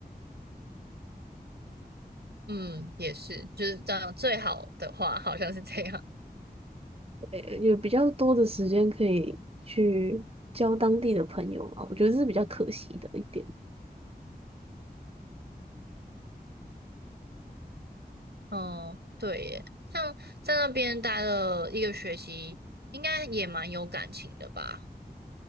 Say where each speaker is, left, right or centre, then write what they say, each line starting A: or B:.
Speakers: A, on the right (about 80°); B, on the right (about 35°).
A: 嗯，也是，就是这样，最好的话好像是这样。
B: 呃，有比较多的时间可以去交当地的朋友嘛，我觉得这是比较可惜的一点。
A: 哦，对耶，像在那边待了一个学期，应该也蛮有感情的吧？